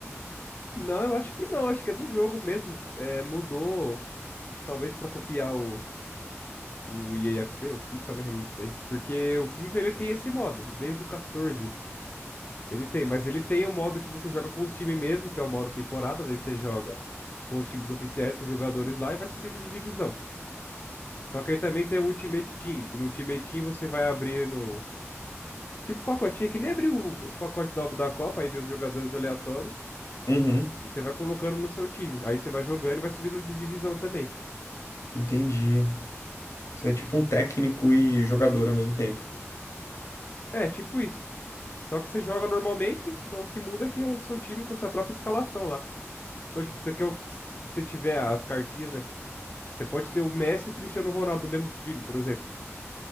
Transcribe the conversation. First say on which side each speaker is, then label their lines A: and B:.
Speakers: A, on the left; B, on the left.
A: Não, eu acho que não. Acho que é do jogo mesmo. É, mudou, talvez pra copiar o o EAFC, o FIFA, né? Eu não sei. Porque o FIFA ele tem esse modo, desde o 14. Ele tem, mas ele tem o modo que você joga com os times mesmo, que é o modo temporadas, aí você joga com os times oficiais, com os jogadores lá e vai subindo de divisão. Só que aí também tem o Ultimate Team, que no Ultimate Team você vai abrir no. Tipo pacotinho, que nem abriu os pacotes do álbum da Copa, aí vê os jogadores aleatórios,
B: Uhum,
A: e você vai colocando no seu time. Aí você vai jogando e vai subindo de divisão também.
B: entendi. Você é tipo um técnico e jogador ao mesmo tempo.
A: É, tipo isso. Só que você joga normalmente, só que muda é que é o seu time com a sua própria escalação lá. Então, tipo, você quer o- se você tiver as cartinhas, né? Você pode ter o Messi e o Cristiano Ronaldo no mesmo time, por exemplo.